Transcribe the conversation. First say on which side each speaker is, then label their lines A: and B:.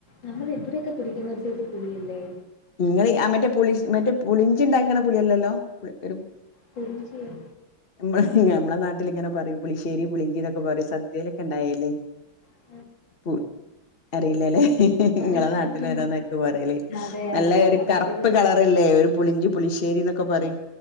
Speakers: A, on the left; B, on the left.
A: നമ്മള് എവടെയക്ക പിടിക്കുന്ന ഒരു സൈസ് പുളി ഇല്ലേ
B: ഇങ്ങള് ആ മറ്റേ പുളിഷ് മറ്റേ പുളിഞ്ചി ഇണ്ടാക്ക്ണ പുളി അല്ലല്ലോ ഒരു
A: പുളിഞ്ചിയൊ
B: മ്മളെ നമ്മെളെ നാട്ടില് ഇങ്ങനെ പറയും പുളിശേരി പുളിഞ്ചി ന്നൊക്കെ പറയും സദ്യെലൊക്കെ ഇണ്ടാവേല്ലെ
A: ഉ
B: പു അറീല ലെ
A: ആഹ്
B: ഇങ്ങളെ നാട്ടില്
A: ആഹ്
B: ഓരോന്നെര്ക്കും പറയല്
A: അതെ
B: നൽ ല്ലെ
A: ഓരോ
B: ഒരു കറപ്പ്
A: നാട്ടിലും
B: കളറില്ലേ ഒരു പുളിഞ്ചി പുളിശ്ശേരിന്നൊക്ക പറയും.